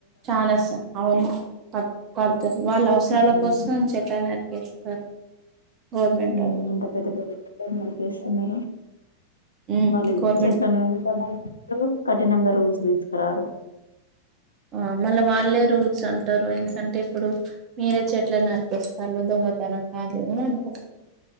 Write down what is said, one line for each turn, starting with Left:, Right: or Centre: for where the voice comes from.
Right: చాలాసా అవును ప పడుతది వాళ్ళ అవసరాల
Left: ఉమ్
Right: కోసం చె లను నరికేస్తారు గవర్నమెంటోళ్ళు.
Left: మ్ అంత పెద్ద పెద్ద చెట్లని నరికేస్తున్నారు
Right: హ్మ్.
Left: మరీ
Right: గవర్నమెంట్
Left: చెట్లలను పెంచమంటారు కఠినంగా రూల్స్ తీసుకరారు
Right: ఆ మళ్ళా వాళ్ళే రూల్స్ అంటారు ఎందుకంటే ఇప్పుడు మీరై చెట్లను నరికేస్తాలు దొంగతనంగా అట్లనే అనుకుం